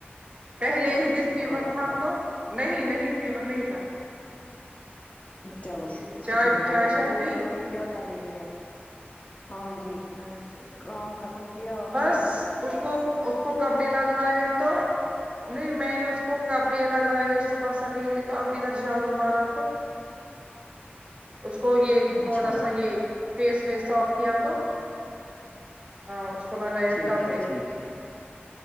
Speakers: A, on the right; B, on the left.
A: پہلے
B: چلو
A: ہی دن
B: شکر
A: فیور
B: اللہ
A: تھا
B: کا
A: تو نہیں نہیں فیور نہیں تھا
B: چلو شکر
A: جی چائے
B: شکر ہے
A: چائے
B: اللہ
A: شائے
B: کا اور
A: پی
B: سناائیے کیا کر رہی ہے ہاں جی
A: ہاں جی
B: کام ختم کیا آپ
A: بس
B: نے
A: اس کو اس کو کب ڈے لگائے تو نہیں میں نے اس کو کبڑے لگائے صبح سویرے تو اب ادھر جاڑو مارا تو اس کو یے
B: اچھا
A: تھوڑا سا یے فیس ویس صاف کیا تو ہاں اس کو لگائے اب
B: ٹھیک
A: کپ
B: ہے
A: ڈے
B: ٹھیک ہے